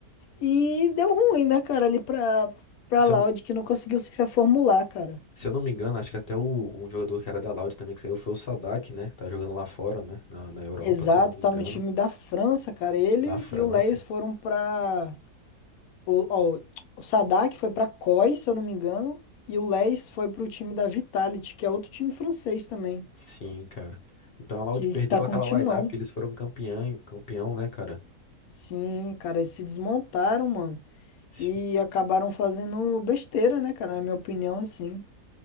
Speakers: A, on the left; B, on the left.
A: e deu ruim, né, cara, ali pra para
B: Se
A: Laude
B: eu,
A: que não conseguiu se reformular, cara.
B: Se eu não me engano, acho que até o, um jogador que era da Loud também que saiu foi o Sadak, né? Tá jogando lá fora, né? Na, na Europa,
A: Exato,
B: se eu não me
A: tá
B: engano.
A: no time da França, cara. Ele
B: Da França.
A: e o Leis foram pra. o, ó, o Sadak foi pra COI, se eu não me engano, e o Leis foi pro time da Vitality, que é outro time francês também,
B: Sim, cara. Então a Loud
A: que
B: perdeu
A: que tá com
B: aquela
A: timão.
B: lineup que eles foram campeão, campeão, né, cara?
A: Sim, cara, eles se desmontaram, mano.
B: Sim.
A: E acabaram fazendo besteira, né, cara? Na minha opinião, assim.